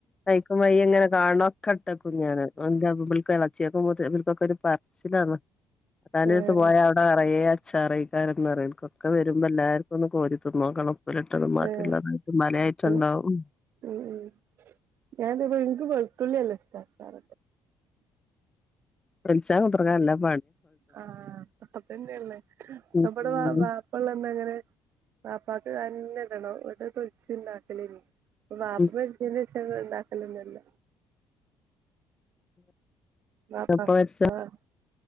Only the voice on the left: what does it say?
കൈക്കും വൈ ഇങ്ങനെ കാണ ഒക്കെ ഇട്ടക്കും ഞാൻ എളേച്ചിആൾക്കും മൂത്തച്ചി ഇബല് കൊക്കെ ഒരു പറച്ചിലാണ് ഇത്താന്റെഅടുത്ത്
പോയാ അവിടെ നിറയെ അ അച്ചാറേക്കാരന്ന് ഓല് ക്കൊക്കെ വരുമ്പോ എല്ലാവർക്കൊന്ന് കോരി തിന്നോക്കണം ഉപ്പിലിട്ടത് മധുരള്ളത്
പലേ ഐറ്റം
ഉണ്ടാകും
ഫ്രിച്ചാ കുതുറങ്ങാനല്ല <unintelligible>
ഉം
ഉം
എപ്പ വലിച്ചാ